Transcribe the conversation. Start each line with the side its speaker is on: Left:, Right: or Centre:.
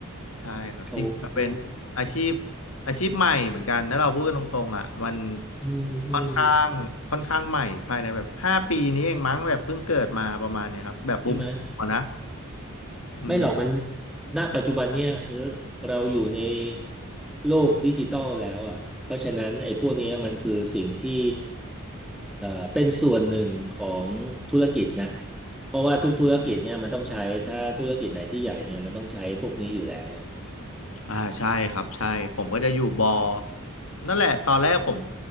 Left: ใช่ครับจริงๆมันเป็น
Centre: โอ้อืม
Left: อาชีพอาชีพใหม่เหมือนกันถ้าเราพูดกันตรงๆอ่ะมัน
Centre: อืมอืม
Left: ค่อนข้างค่อนข้างใหม่ภายในแบบห้าปีนี้เองมั้งแบบเพิ่งเกิดมาประมาณเนี้ยครับ แบบบูมๆอะนะ
Centre: ใช่ไหม
Left: อืม
Centre: ไม่หรอกมันณปัจจุบันเนี่ยเออเราอยู่ในโลกดิจิตอลแล้วอ่ะเพราะฉะนั้นไอ้พวกเนี้ยมันคือสิ่งที่เอ่อเป็นส่วนหนึ่งของธุรกิจนะเพราะว่าทุกธุรกิจเนี่ยมันต้องใช้ ถ้าธุรกิจไหนที่ใหญ่เนี่ยมันต้องใช้พวกนี้อยู่แล้วอะ
Left: อ่าใช่ครับใช่ผมก็จะอยู่บอนั่นแหละตอนแรกผม